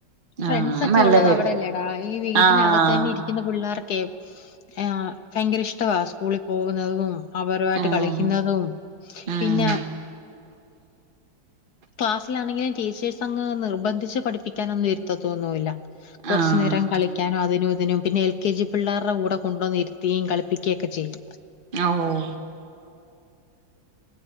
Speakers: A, on the left; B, on the right.
A: ഫ്രണ്ട്സ്
B: ആഹ്
A: ഒക്കെ
B: നല്ല
A: ഉള്ളത്
B: കാര്യം
A: അവിടെയല്ലേടാ ഈ വീട്ടിനകത്ത്
B: ആഹ്
A: തന്നെ ഇരിക്ക ക്കുന്ന പിള്ളേർക്കെ ആഹ് ഭയങ്കര ഇഷ്ടവാ സ്കൂളിൽ പോകുന്നതും അവരുമായിട്ട്
B: ആഹ്
A: കളിക്കുന്നതും
B: ആഹ്
A: പിന്നെ ക്ലാസ്സിലാണെങ്കിലും ടീച്ചേഴ്സ് അങ് നിർബന്ധിച്ച് പഠിപ്പിക്കാനൊന്നും ഇരുത്തത്തില്ല. കുറച്ചു
B: ആഹ്
A: നേരം കളി ക്കാനോ അതിനും ഇതിനും പിന്നെ എൽ കെ ജി പിള്ളേരുടെ കൂടെ കൊണ്ടുവന്നിരുത്തിയും കളിപ്പിക്കുകയും ഒക്കെ ചെയ്യും.
B: അ ഓ